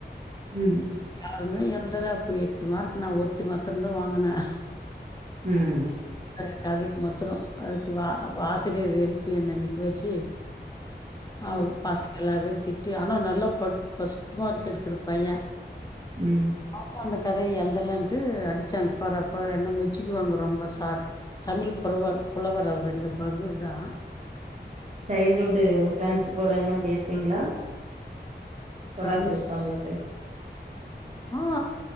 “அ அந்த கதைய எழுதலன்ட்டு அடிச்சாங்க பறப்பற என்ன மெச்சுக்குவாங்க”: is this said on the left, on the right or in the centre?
Left